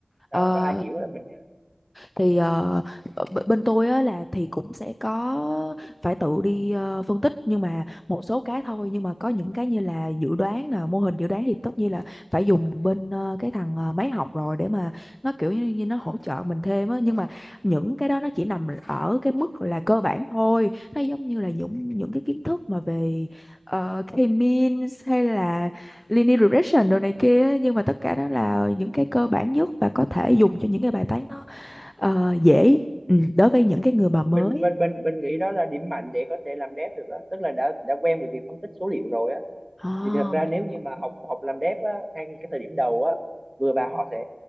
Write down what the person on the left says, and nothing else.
ờ,
thì ờ, b- bên tôi á là thì cũng sẽ có phải tự đi ờ, phân tích nhưng mà một số cái thôi nhưng mà có những cái như là dự đoán nè mô hình dự đoán thì tất nhiên là phải dùng bên ờ, cái thằng ờ, máy học rồi để mà nó kiểu như, như nó hỗ trợ mình thêm á nhưng mà những cái đó nó chỉ nằm ở cái mức là cơ bản thôi nó giống như là những những cái kiến thức mà về uh, K-means hay là linear regression đồ này kia á. nhưng mà tất cả đó là những cái cơ bản nhất và có thể dùng cho những cái bài toán đó Ờ, dễ ừ, đối với những cái người mà mới
À,